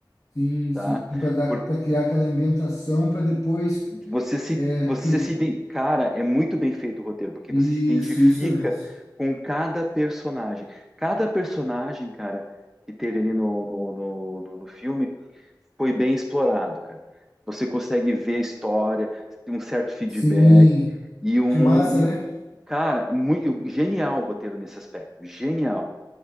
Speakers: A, on the left (about 45°); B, in the centre.
A: Sim,
B: tá?
A: sim, para dar,
B: Por-
A: para criar aquela ambientação para depois
B: você se,
A: é,
B: você
A: cri...
B: se, iden- cara, é muito bem feito o roteiro, porque
A: Isso,
B: você se identifica
A: isso mesmo.
B: com cada personagem. Cada personagem, cara, que teve ali no, no, no, no- no filme foi bem explorado, cara. Você consegue ver a história, tem um certo feedback
A: Sim,
B: e um,
A: que massa,
B: e-
A: né?
B: cara, muito, genial o roteiro nesse aspecto, genial.